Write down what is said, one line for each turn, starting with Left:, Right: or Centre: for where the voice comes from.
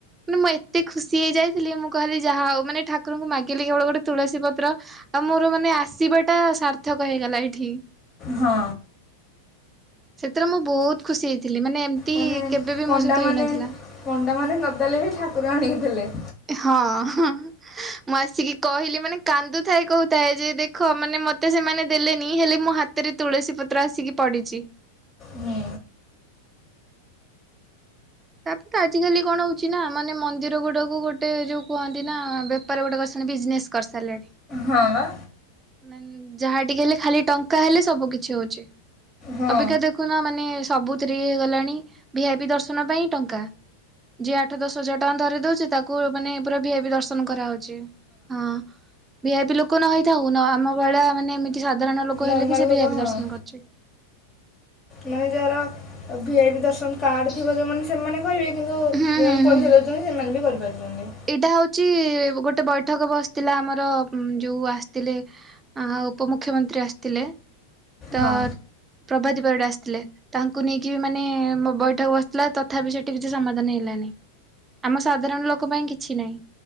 Right: ମାନେ ମୁଁ ଏତେ ଖୁସି ହେଇଯାଇଥିଲି ମୁଁ କହିଲି ଯାହା ଆଉ ମାନେ ଠାକୁରଙ୍କୁ ମାଗିଲି କେବଳ ଗୋଟେ ତୁଳସୀ ପତ୍ର ଆଉ ମୋର ମାନେ ଆସିବା ଟା ସାର୍ଥକ ହେଇଗଲା ଏଠି।
Left: ହଁ।
Right: ସେଥିରେ ମୁଁ ବହୁତ ଖୁସି ହେଇଥିଲି ମାନେ ଏମିତି
Left: ମାନେ
Right: କେବେ ବି
Left: ପଣ୍ଡାମାନେ
Right: ମୋ ସହିତ ହେଇନଥିଲା।
Left: ପଣ୍ଡାମାନେ ନଦେଲେ ବି ଠାକୁର ଆଣିକି ଦେଲେ।
Right: ହଁ ହ। ମୁଁ ଆସିକି କହିଲି ମାନେ କାନ୍ଦୁଥାଏ କହୁଥାଏ ଯେ ଦେଖ ମାନେ ମତେ ସେମାନେ ଦେଲେନି ହେଲେ ମୋ ହାତ ଭିତରେ ତୁଳସୀ ପତ୍ର ଆସିକି ପଡିଛି।
Left: ହୁଁ
Right: ତାପରେ ଆଜିକାଲି କଣ ହଉଛି ନା ମାନେ ମନ୍ଦିର ଗୁଡାକୁ ଗୋଟେ ଯୋଉ କୁହନ୍ତି ନା ବେପାର ଗୁଡା କରିସନ୍ତି ବିଜନେସ୍ କରିସାରିଲେଣି।
Left: ହଁ ବା।
Right: ମାନେ ଯାହା ଟିକେ ହେଲେ ଖାଲି ଟଙ୍କା ହେଲେ ସବୁ କିଛି ହଉଛି
Left: ହଁ
Right: ଅବିକା ଖୁନ ମାନେ ସବୁଥିରେ ହେଇଗଲାଣି ଭି ଆଇ ପି ଦର୍ଶନ ପାଇଁ ଟଙ୍କା। ଯିଏ ଆଠ ଦଶ ହଜାର ଟଙ୍କା ଧରେଇ ଦଉଛି ତାକୁ କୁ ମାନେ ପୁରା ଭି ଆଇ ପି ଦର୍ଶନ କରାହଉଛି ହଁ ଭି ଆଇ ପି ଲୋକ ନ ହେଇଥାଉ ଖୁନ ଆମ ଭଳିଆ ମାନେ ଏମିତି ସାଧାରଣ ଲୋକ
Left: ନର୍ମାଲ
Right: ହେଲେ ବି ସେ
Left: ଲୋକ
Right: ଭି ଆଇ ପି
Left: ହଁ
Right: ଦର୍ଶନ କରୁଛି।
Left: ମାନେ ଯାହାର ଭି ଆଇ ପି ଦର୍ଶନ କାର୍ଡ ଥିବ ଯୋଉମାନେ ସେମାନେ କହିବେ। କିନ୍ତୁ
Right: ହୁଁ
Left: ଯେଉଁମାନେ
Right: ହୁଁ
Left: ପଇସା
Right: ହୁଁ
Left: ଦେଉଛନ୍ତି ସେମାନେ ବି କରିପାରୁଛନ୍ତି।
Right: ଏଇଟା ହଉଛି ଗୋଟେ ବୈଠକ ବସିଥିଲା ଆମର ଯୋଉ ଆସିଥିଲେ ଅ ଉପମୁଖ୍ୟମନ୍ତ୍ରୀ ଆସିଥିଲେ ତ
Left: ହଁ
Right: ପ୍ରଭାତୀ ପରିଡା ଆସିଥିଲେ। ତାଙ୍କୁ ନେଇକି ବି ମାନେ ମ ବୈଠକ ବସିଥିଲା ତଥାପି ସେଠି କିଛି ସମାଧାନ ହେଲାନି। ଆମ ସାଧାରଣ ଲୋକ ପାଇଁ କିଛି ନାହିଁ।